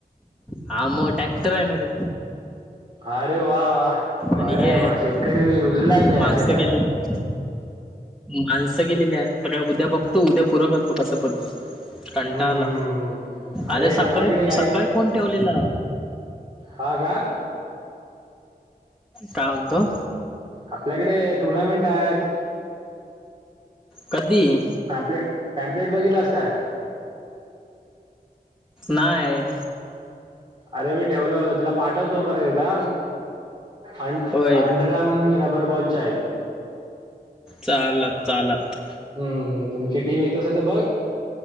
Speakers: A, in the centre; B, on the right.
A: आ मग टॅक्टर आहे ना रे.
B: अरे वा वाह
A: आणि
B: अरे
A: हे आहेत
B: म शेतकरी रुजलाय त्या
A: माणसं
B: शेतात.
A: गेलेली माणसं केलेली आहेत तर काय उद्या बघतो उद्या पुूरं करत. तू कसं पण कंटा
B: हम्म
A: आला.
B: हम्म हम्म.
A: अरे सकाळी
B: आपल्याकडे
A: सकाळी फोन ठेवलेला.
B: ह का.
A: काल तो.
B: आपल्याकडे टुर्नामेंट आहेत.
A: कधी
B: पॅम्प्ले टॅम्प्लेट बघितलास काय.
A: नाहीय.
B: अरे मी ठेवलं होत तुला पाठवतो परत तदा. अं
A: होय
B: अंडरम रबर बॉलच्या आहेत.
A: चालत चालत
B: हम्म हम् तुमची टीम येत अस ते बघ.